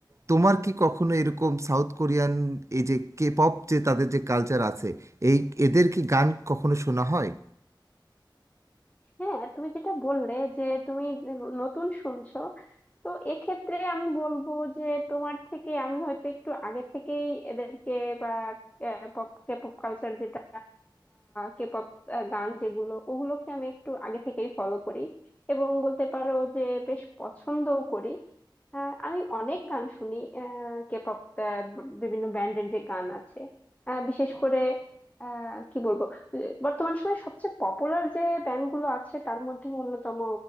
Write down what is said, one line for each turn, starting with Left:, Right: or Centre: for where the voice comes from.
Right: তোমার কি কখনো এরকম সাউথ কোরিয়ান এই যে কে পপ যে তাদের যে কালচার আছে এই এদের কি গান কখনো শোনা হয়
Left: হ্যাঁ তুমি যেটা বললে যে তুমি নতুন শুনছো তো এক্ষেত্রে আমি বলবো যে তোমার থেকে আমি হয়তো একটু আগে থেকেই এদেরকে বা পপ কে পপ কালচার যেটা কে পপ গান যেগুলো ওগুলোকে আমি একটু আগে থেকেই ফলো করি এবং বলতে পারো যে বেশ পছন্দও করি আহ, আমি অনেক গান শুনি কে পপ বিভিন্ন ব্যান্ডের যে গান আছে আহ, বিশেষ করে আহ কি বলবো বর্তমান সময়ে সবচেয়ে পপুলার যে ব্যান্ডগুলো আছে তার মধ্যে অন্যতম